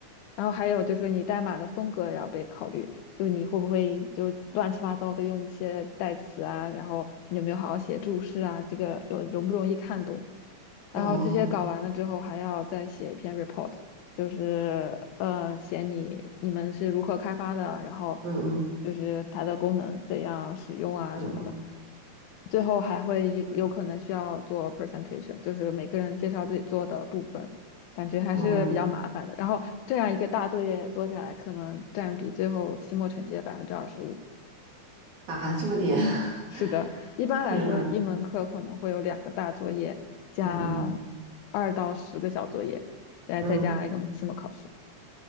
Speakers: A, on the left; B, on the right.
A: 然后还有就是你代码的风格也要被考虑，就你会不会就乱七八糟的用一些代词啊，然后你有没有好好写注释啊，这个有容不容易看懂。然后这些搞完了之后，
B: 哦
A: 还要再写一篇 report，就是呃写你你们是如何开发的，然后
B: 嗯嗯
A: 就是它的功能怎样使用啊什么的。
B: 嗯
A: 最后还会也有可能需要做
B: 嗯
A: presentation，就是每个人介绍自己做的部分，感觉还是比较麻烦的。
B: 哦
A: 然后这样一个大作业做下来，可能占比最后期末成绩的百分之二十五。
B: 啊，这么点，<laughs>
A: 是的，一般来说，
B: 天呐，
A: 一门课可能会有两个大作业加
B: 嗯嗯
A: 二到十个小作业，再再加一个期末考试。
B: 嗯，